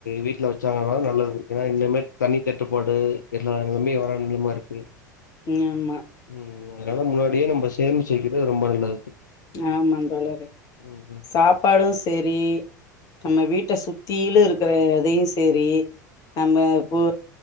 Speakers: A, on the left; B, on the left.
A: வீட்ல வச்சாங்க நல்லது ஏன்னா இந்தம தண்ணி தட்டுப்பாடு எல்லா நெலமே வர நெலம இருக்கு
B: ஆமா
A: ம் அதனால முன்னாடியே நம்ம சேமிச்ச வக்கிறது ரொம்ப நல்லது
B: ஆமா தோழரே
A: ம்
B: சாப்பாடும் சரி நம்ம வீட்ட சுத்தில இருக்கிற எதையு சேரி நம்ம இப்ப